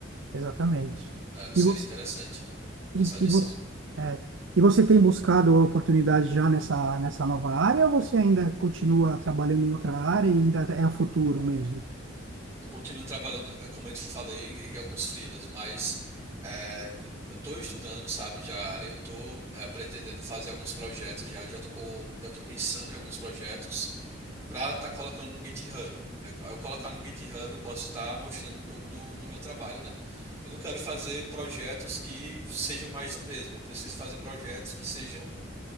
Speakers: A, on the right; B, on the right.
A: exatamente.
B: É, seria
A: E você,
B: interessante
A: e,
B: essa adição.
A: e você, é, e você tem buscado oportunidade já nessa, nessa nova área ou você ainda continua trabalhando em outra área e ainda é o futuro mesmo?
B: Eu continuo trabalhando, eh, como eu te falei, em alguns freelas, mas eh, eu eu tô estudando, sabe, já a área, eu tô eh, pretendendo fazer alguns projetos já, já tô, co- já tô pensando em alguns projetos para estar colocando no GitHub. Aí, Ao eu colocar no GitHub, eu posso estar mostrando um pouco do, do meu trabalho, né? Eu não quero fazer projetos que sejam mais do mesmo, eu preciso fazer projetos que sejam